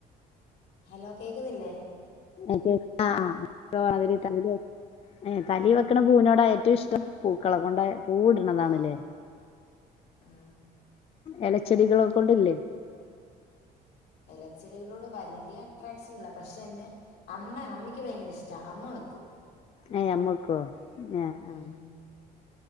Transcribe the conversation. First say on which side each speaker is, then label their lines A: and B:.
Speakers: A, on the left; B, on the left.
A: ഹലോ കേക്ക്ന്നില്ലേ
B: അതെ അ അ മാതിരി തലേല് വെക്ക് ഏ തലേ
A: ഉം.
B: വെക്ക്ണ പൂവിനോടാ ഏറ്റുഷ് ടം പൂക്കളെ കൊണ്ട് പൂവ്ട്ണതാണ്ലെ
A: ആ ആ
B: എലച്ചെടികള് കൊണ്ട്ല്ലേ
A: എലച്ചെടികളോട് വല്ല്യട്രാക്ഷൻ ഇല്ല പക്ഷെന്റെ അമ്മ അമ്മയ്ക്ക് ഭയ്ങ്കരഷ് ജാമാക്കും
B: ഏ അമ്മക്കോ ഏ
A: ഉം.
B: ആഹ്